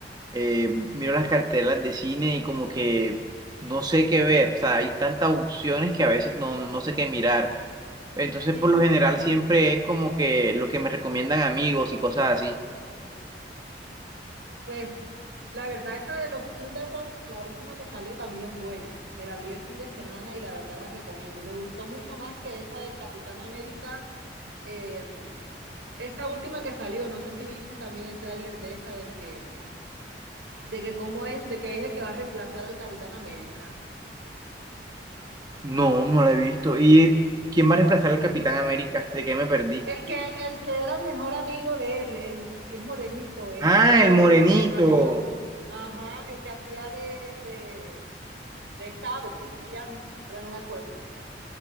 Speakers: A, on the right; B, on the right.
A: eh, miro las cartelas de cine y como que no sé qué ver. O sea, hay tantas opciones que a veces no, no sé qué mirar. Entonces,
B: Y,
A: por lo general,
B: y,
A: siempre es como que lo que me recomiendan amigos y cosas así.
B: pues la verdad esa de los Thunderbolts, la última que salió también buena. Me la vi el fin de semana y la verdad la recomiendo. Me gustó mucho más que esa del Capitán América. eh, esta última que salió, no sé si viste también el tráiler de esa de que, de que cómo es, de que es el que va a reemplazar al Capitán América.
A: No, no la he visto. ¿Y quién va a reemplazar al Capitán América? ¿De qué me perdí?
B: El que, el que era el mejor amigo de él, el que es morenito, este
A: Ah, el morenito.
B: Wilson, apellido. Ajá, el que hacía de, de, de esta ave, ¿cómo que se llama? Ahora no me acuerdo.